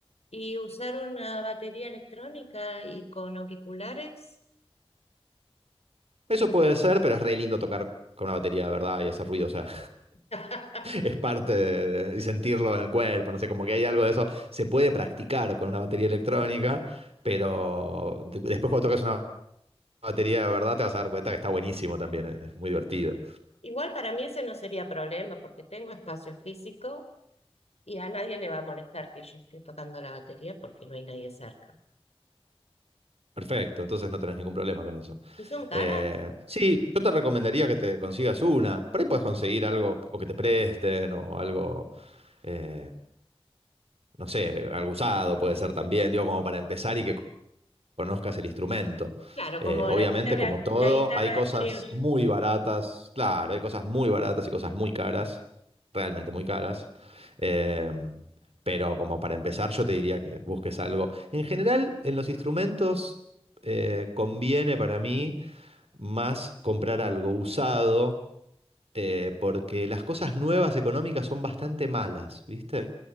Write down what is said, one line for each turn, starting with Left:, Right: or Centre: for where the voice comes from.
Left: Y usar una batería electrónica y con auriculares.
Right: Eso puede ser, pero es re lindo tocar con una batería de verdad y hacer ruido, o sea,
Left: <laughs>
Right: es parte de, de- y sentirlo en el cuerpo, no sé, como que hay algo de eso. Se puede practicar con una batería electrónica, pero de- después cuando tocas una batería de verdad te vas a dar cuenta que está buenísimo también, eh, es muy divertido.
Left: Igual para mí ese no sería problema porque tengo espacio físico y a nadie le va a molestar que yo esté tocando la batería porque no hay nadie cerca.
Right: Perfecto, entonces no tenés ningún problema con eso.
Left: ¿Y son caras?
Right: Eh, sí, yo te recomendaría que te consigas una. Por ahí puedes conseguir algo o que te presten o algo, eh, no sé, algo usado puede ser también, digo, como para empezar y que conozcas el instrumento.
Left: Claro,
Right: Eh,
Left: como
Right: obviamente,
Left: la guitarra,
Right: como todo,
Left: la guitarra
Right: hay cosas
Left: criolla.
Right: muy baratas, claro, hay cosas muy baratas y cosas muy caras, realmente muy caras. Eh, pero como para empezar, yo te diría que busques algo. En general, en los instrumentos eh, conviene para mí más comprar algo usado, eh, porque las cosas nuevas económicas son bastante malas, ¿viste?